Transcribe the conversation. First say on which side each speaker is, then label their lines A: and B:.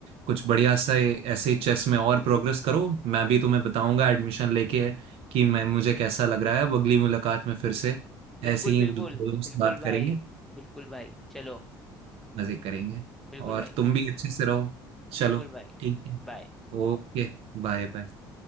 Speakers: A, on the right (about 60°); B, in the centre.
A: कुछ बढ़िया सा ऐसे चेस में और प्रोग्रेस करो मैं भी तुम्हें बताऊंगा एडमिशन लेके कि मैं मुझे कैसा लग रहा है अब अगली मुलाकात में फिर से
B: बिल्कुल
A: ऐसे ही
B: बिल्कुल
A: दोस्त
B: बिल्कुल
A: बात
B: भाई
A: करेंगे
B: बिल्कुल भाई चलो
A: मजे करेंगे
B: बिल्कुल
A: और
B: भाई
A: तुम भी अच्छे से रहो
B: बिल्कुल
A: चलो
B: भाई
A: ठीक है
B: बाय
A: Okay bye bye